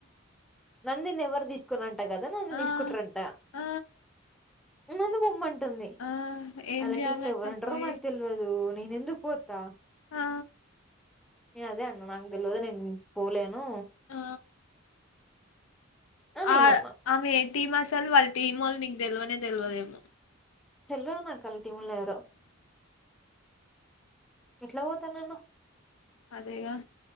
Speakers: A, in the centre; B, on the left.
A: నందిని ఎవరు తీసుకోరుఅంట కదా నన్ను
B: ఆ
A: తీసుకుంటారుఅంట
B: ఆ
A: నన్ను పోమంటుంది
B: ఆ ఏం
A: వాళ్ళ
B: చేయాలంట
A: టీమ్ లో ఎవరు ఉంటారో
B: పోయి
A: తెలీదు ఎలా పోతా
B: ఆ
A: నే అదే అన్న నాకు తెల్వదు నేన్ పోలేను.
B: ఆ
A: అని నేను
B: ఆ
A: అన్నా
B: ఆమె ఏ టీం అసల్ వాళ్ళ టీమోళ్ళు నీకు తెల్వనే తెల్వదేమో
A: తేల్వదు నాక్వాళ్ళ టిమోల్ ఎవరో ఎట్ల పోతన్నాను.
B: అదేగా